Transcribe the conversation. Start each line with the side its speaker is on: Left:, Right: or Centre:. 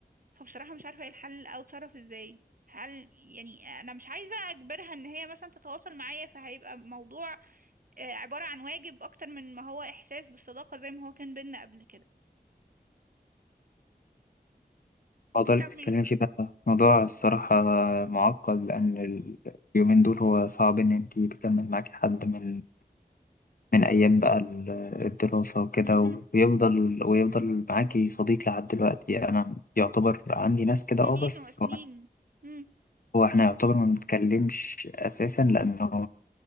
Right: فبصراحة مش عارفة ايه الحل او اتصرف ازاي هل يعني انا مش عايزة اجبرها ان هي مثلا تتواصل معايا فهيبقى موضوع آه، عبارة عن واجب اكتر من ما هو احساس بالصداقة زي ما هو كان بينا قبل كده
Left: الموضوع
Right: انت
Left: اللي
Right: من
Left: بتتكلمي فيه ده موضوع الصراحه معقد لان ال- اليومين دول هو صعب ان انت بيكمل معاكي حد من من ايام بقى ال- الدراسه وكده
Right: مهم.
Left: ويفضل ويفضل معاكي صديق لحد دلوقتي انا يعتبر عندي ناس كده
Right: سنين
Left: اه بس
Right: وسنين مم.
Left: هو احنا يعتبر ما بنتكلمش اساسا لانه